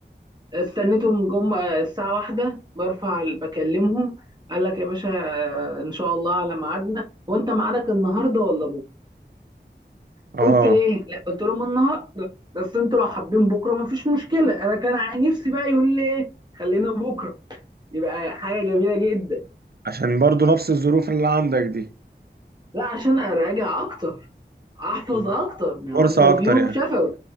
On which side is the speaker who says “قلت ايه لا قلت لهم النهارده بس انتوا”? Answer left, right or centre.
Right